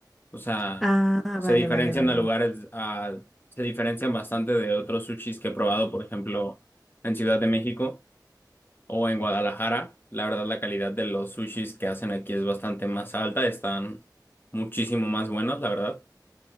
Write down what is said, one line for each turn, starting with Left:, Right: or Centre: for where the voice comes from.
Left: O sea,
Centre: Ah,
Left: se
Centre: vale,
Left: diferencian
Centre: vale, vale.
Left: a lugares, a- se diferencian bastante de otros sushis que he probado, por ejemplo, en Ciudad de México. o en Guadalajara. La verdad, la calidad de los sushis que hacen aquí es bastante más alta, están muchísimo más buenos, la verdad.